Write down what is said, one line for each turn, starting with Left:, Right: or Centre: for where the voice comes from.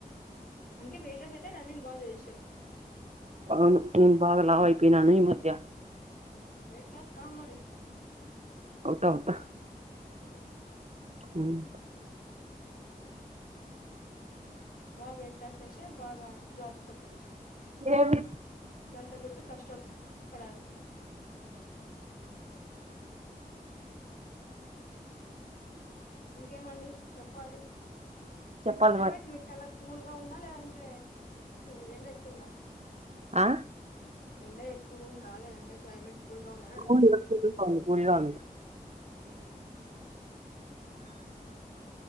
Left: అందుకే వేటర్స్ ఐతే రన్నింగ్ బాల్ చేయచు
Right: అవును నేను బాగా లావు అయిపోయినాను ఈమధ్య
Left: మ్ వైట్ లాస్ కా మరి
Right: అవుతా అవుతా
Left: మ్
Right: మ్
Left: బాగా వెటర్స్ అయితే బాగా జాబ్స్ కొట్టొచ్చు
Right: ఏమి
Left: జంట గట్టు కష్టం పడాలి ఇంకేమండి చెప్పాలి
Right: చెప్పాలి
Left: క్లైమేట్
Right: మరి
Left: మీక్కలా కూల్ గా ఉందా లే అంటే సే ఎండ ఎక్కువుందా
Right: ఆ
Left: ఎండ ఎక్ కువుంద లేదంటే క్లైమేట్
Right: <inaudible>
Left: కూల్ గా ఉందని అడుగుతున్నా మ్ హు